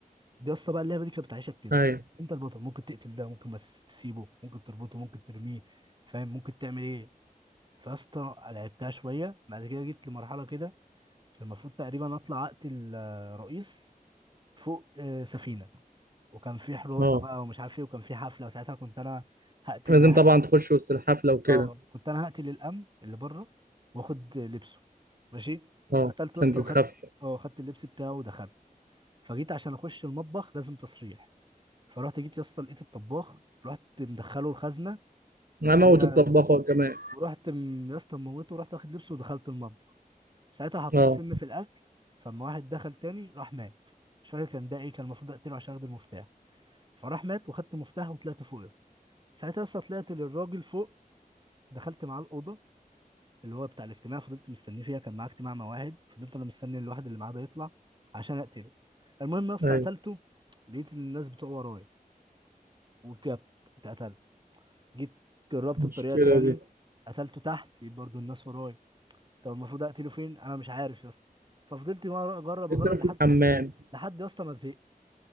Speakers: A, on the right; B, on the right.
A: دي يا اسطى بقى اللعبه دي كانت بتعيشك كده
B: ايوه
A: انت البطل ممكن تقتل ده ممكن ما تس- تسيبه ممكن تربطه ممكن ترميه فاهم ممكن تعمل ايه فيا اسطى لعبتها شويه بعد كده جيت لمرحله كده كان المفروض تقريبا اطلع اقتل آه، رئيس فوق آه، سفينه وكان في حراسه
B: اه
A: بقى ومش عارف ايه وكان في حفله وساعتها كنت انا هقتل
B: لازم
A: واحد
B: طبعا تخش وسط الحفله وكده
A: اه كنت انا هقتل الامن اللي بره واخد لبسه ماشي فقتلت
B: اه
A: واسطه
B: عشان تتخفى
A: وخدت اه خدت اللبس بتاعه ودخلت فجيت عشان اخش المطبخ لازم تصريح فرحت جيت يا اسطى لقيت الطباخ رحت مدخله الخزنه
B: انا
A: اللي
B: موت
A: هي
B: الطباخ كمان
A: ورحت م- يا اسطى موته ورحت واخد لبسه ودخلت المطبخ ساعتها حطيت
B: اه
A: سم في الاكل فلما واحد دخل تاني راح مات مش فاكر كان ده ايه كان المفروض اقتله عشان اخد المفتاح فراح مات وخدت مفتاح وطلعت فوق يا اسطى ساعتها يا اسطى طلعت للراجل فوق دخلت معاه الاوضه اللي هو بتاع الاجتماع فضلت مستنيه فيها كان معاه اجتماع مواعيد فضلت انا مستني الواحد اللي معاه ده يطلع عشان اقتله المهم يا اسطى
B: ايوه
A: قتلته لقيت الناس بتوع ورايا وجبت اتقتلت جيت جربت
B: المشكله
A: بطريقه تاني
B: دي
A: قتلته تحت لقيت برضو الناس ورايا طب المفروض اقتله فين انا مش عارف يا اسطى ففضلت مرة اجرب اجرب
B: انت في
A: لحد
B: الحمام
A: لحد يا اسطى ما زهقت